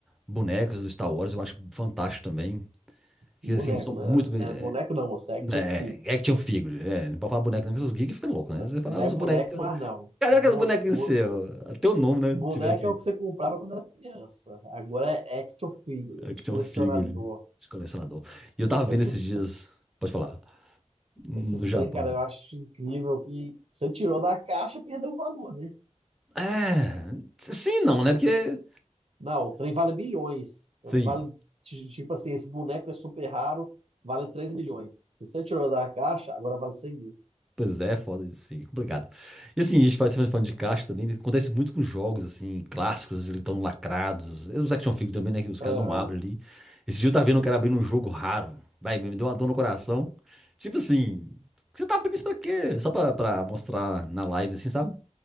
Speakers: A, in the centre; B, on the right.
A: Bonecos do Star Wars eu acho fantástico também. Que,
B: Boneco,
A: assim, são
B: né?
A: muito bem.
B: É boneco não, moça, é action
A: é,
B: figure.
A: É, action figure. É, não pode falar boneco, não, porque os geeks ficam loucos,
B: Né-
A: né? Você fala
B: Não
A: "Ah, os
B: é boneco,
A: bonecos.
B: mas não.
A: Cadê
B: Bu-
A: que os bonequinhos
B: bu-
A: seus? Até o nome, né?
B: Boneco
A: Tiveram aqui.
B: é o que você comprava quando era criança. Agora é action figure,
A: Action
B: é de colecionador.
A: figure de colecionador. E eu tava
B: Esses,
A: vendo esses dias,
B: tr-
A: pode falar, no
B: esses
A: Japão.
B: trem, cara, eu acho incrível que você tirou da caixa, perdeu o valor, né?
A: É, sim, e não, né?
B: O
A: Porque,
B: tr- não, o trem vale milhões. Vale,
A: sim,
B: ti- tipo assim, esse boneco é super raro, vale três milhões. Se você tirou da caixa, agora vale cem mil.
A: Pois é, foda isso, sim, complicado. E assim, a gente faz falando de caixa também, né, acontece muito com jogos, assim, clássicos, eles estão lacrados. é Os action figures também, né, que os
B: Aham,
A: caras não abrem ali. Esse dia eu tava vendo um cara abrindo um jogo raro. Vai, me deu uma dor no coração. Tipo assim, você tá abrindo isso pra quê? Só pra, pra mostrar na live, assim, sabe?